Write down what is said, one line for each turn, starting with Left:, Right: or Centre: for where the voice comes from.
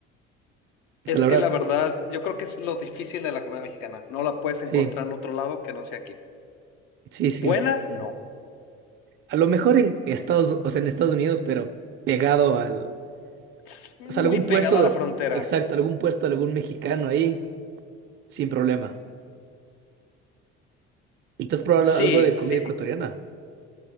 Right: O
Left: Es
Right: sea, la
Left: que
Right: verdad,
Left: la verdad, yo creo que es lo difícil de la comida mexicana. No la puedes encontrar
Right: sí,
Left: en otro lado que no sea aquí.
Right: sí, sí.
Left: Buena, no.
Right: A lo mejor en Estados, o sea, en Estados Unidos, pero pegado al,
Left: Tss,
Right: o
Left: Muy
Right: sea, algún
Left: pegado
Right: puesto,
Left: a la frontera.
Right: exacto, algún puesto, de algún mexicano ahí, sin problema. ¿Y tú has probado
Left: Sí,
Right: algo de comida
Left: sí.
Right: ecuatoriana?